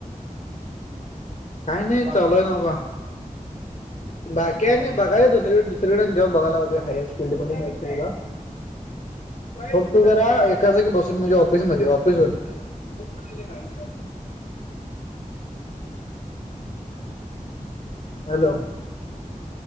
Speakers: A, on the left; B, on the right.
A: काही नाही
B: बाकी
A: चालूय नव का बाकी
B: हा
A: आणि
B: हा
A: बघायाच दुसरीकड दु दुसरीकडं जॉब बघाय लागलोय हाय ह्याच फील्ड मध्ये मिळतंय का? फक्त जरा एका जागी बसून म्हणजे ऑफिसमध्ये ऑफिसवर्क. <unintelligible> हॅलो.